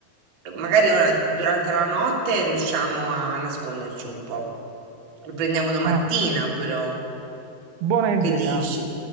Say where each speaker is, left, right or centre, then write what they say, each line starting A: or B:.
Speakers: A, on the right; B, on the right.
A: eh, magari ora durante la notte riusciamo a nasconderci un po'. Le prendiamo domattina,
B: ah.
A: però.
B: Buona idea.
A: Che dici?